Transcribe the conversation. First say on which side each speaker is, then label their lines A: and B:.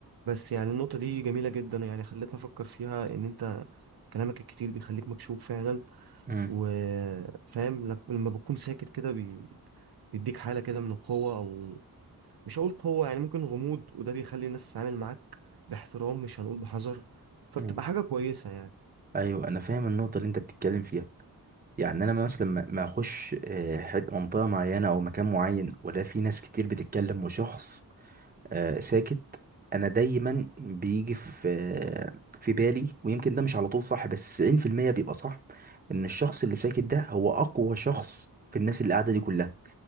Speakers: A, on the right; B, on the right.
A: بس يعني النقطة دي جميلة جدا يعني خلتني افكر فيها ان انت كلامك الكتير بيخليك مكشوف فعلا
B: مم.
A: وفاهم لك- لما بتكون ساكت كده بي... بيديك حالة كده من القوة او مش هقول قوة يعني ممكن غموض وده بيخلي الناس تتعامل معاك باحترام مش هنقول بحذر فبتبقى
B: مم.
A: حاجة كويسة يعني
B: ايوه انا فاهم النقطه اللي انت بتتكلم فيها يعني انا مثلا ما ما اخش آه، حت- منطقه معينه او مكان معين ولا في ناس كتير بتتكلم وشخص آه، ساكت انا دايما بيجي في آه، في بالي ويمكن ده مش على طول صح بس 90% بيبقى صح ان الشخص اللي ساكت ده هو اقوى شخص في الناس اللي قاعده دي كلها